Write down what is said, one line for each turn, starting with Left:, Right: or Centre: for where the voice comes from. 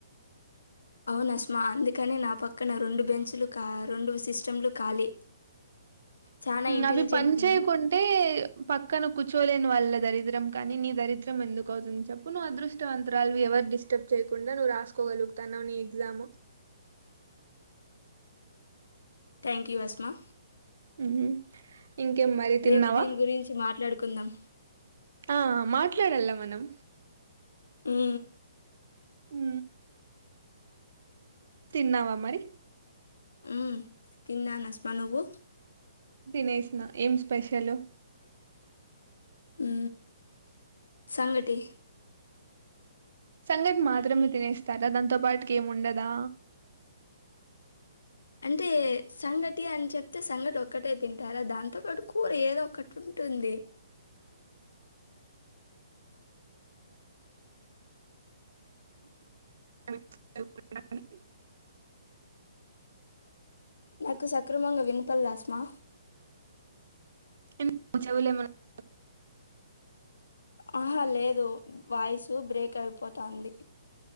Left: నస్మా అందుకని నా పక్కన రెండు బెంచ్లు రెండు సిస్టంలు ఖాళీ చాలా ఇంటెలిజెంట్
Right: అవి పని చేయకుంటే
Left: నేను
Right: పక్కన కూర్చు చలేని వాళ్ళ దరిద్రం కానీ నీ దరిద్రం ఎందుకు అవుతుని చెప్పు నువ్వు అదృష్టవంతరాలివి ఎవరు డిస్టర్బ్ చేయకుండా నువ్వు రాసుకోగలుగుతాన్నావ్ నీ ఎగ్జామ్
Left: థ్యాంక్ యూ హస్మా
Right: మ్ ఇంకేం మరీ తిన్నావా
Left: రేపు దీని గురించి మాట్లాడుకుందాం
Right: ఆ మా ఎక్కడికి వెళ్ళాము మనం
Left: హ్
Right: ఉ తిన్నావా మరి
Left: ఊ తిన్నాను అస్మా నువ్వు
Right: తినేసి ఏం స్పెషలు
Left: ఊ సంగటి
Right: సంగటి మాత్రమే తినేస్తారా దాంతో పాటుకి ఏముండదా
Left: అంటే సంగటి అని చెప్తే సంగటి ఒక్కటే తింటారా దాంతో పాటు కూర ఏదో ఒక్కటి ఉంటుంది.
Right: <inaudible>
Left: నాకు సక్రమంగా వినపడ్లే అస్మా
Right: ఎందుకు చెవులో ఏమైనా <inaudible>
Left: ఆహా లేదు వాయిస్ బ్రేక్ అయిపోతంది